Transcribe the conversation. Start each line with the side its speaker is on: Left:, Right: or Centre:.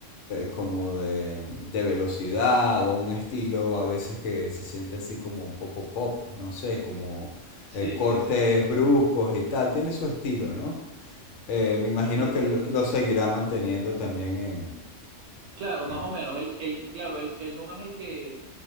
Left: como de, de velocidad o un estilo a veces que se siente así como un poco pop, no sé, como
Right: Sí,
Left: eh, cortes
Right: sí, sí.
Left: bruscos y tal, tiene su estilo, ¿no? Eh, me imagino
Right: Sí,
Left: que
Right: sí,
Left: lo,
Right: sí.
Left: lo seguirá manteniendo también en,
Right: Claro, más
Left: en-
Right: o menos. Él, él, claro, él, él no es el que